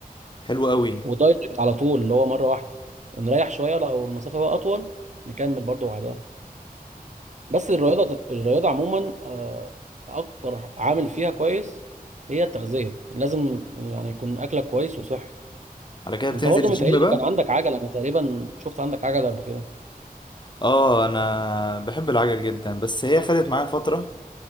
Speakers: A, on the left; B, on the right.
A: حلو قوي
B: ودايركت على طول اللي هو مرة واحدة ونريح شوية لو المسافة بقى أطول نكمل برضه بعدها بس الرياضة الرياضة عموما آه، أكتر عامل فيها كويس هي التغذية لازم يعني يكون أكلك كويس وصحي
A: على كده بتنزل
B: أنت برضه
A: الجيم
B: متهيألي
A: بقى
B: كان عندك عجلة أنا تقريبا شفت عندك عجلة قبل كده
A: اه انا بحب العجل جدا بس هي خدت معايا فتره